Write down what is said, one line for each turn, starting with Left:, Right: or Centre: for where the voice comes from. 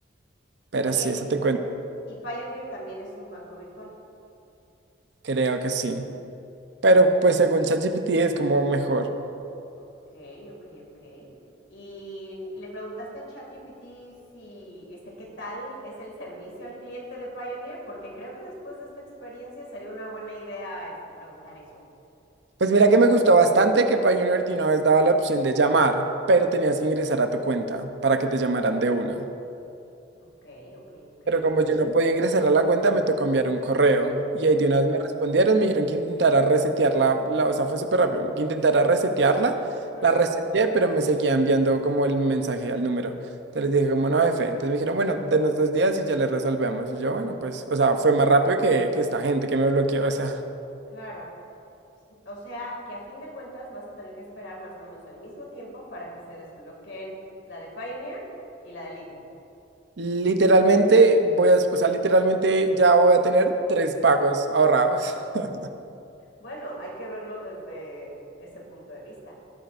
Right: Pero
Left: Oye,
Right: sí, eso te cuento.
Left: ¿y Pioneer también es un banco virtual?
Right: Creo que sí. Pero pues según ChatGPT es como mejor.
Left: Ok, ok, ok. Y le preguntaste a ChatGPT si, este, ¿qué tal es el servicio al cliente de Pioneer? Porque creo que después de esta experiencia sería una buena idea, este, preguntar eso.
Right: Pues mira que me gustó bastante que Pioneer de una vez daba la opción de llamar, pero tenías que ingresar a tu cuenta para que te llamaran de una.
Left: Ok, ok, ok.
Right: Pero como yo no podía ingresar a la cuenta, me tocó enviar un correo. Y
Left: Ujú,
Right: ahí de una vez me respondieron, me dijeron que intentara resetearla, la, o sea, fue súper rápido, que intentara resetearla.
Left: ujú,
Right: La reseteé, pero me seguía enviando como el mensaje al número. Entonces les dije, como no, F. Entonces me dijeron, bueno, denos dos días y ya le resolvemos. Y yo, bueno, pues, o sea, fue más rápido que, que esta gente que me bloqueó, o sea.
Left: Claro. O sea, que a fin de cuentas vas a tener que esperar más o menos el mismo tiempo para que se desbloqueen la de Pioneer y la de litio.
Right: Literalmente voy a, o sea, literalmente ya voy a tener tres pagos ahorrados. <laughs>
Left: Bueno, hay que verlo desde ese punto de vista.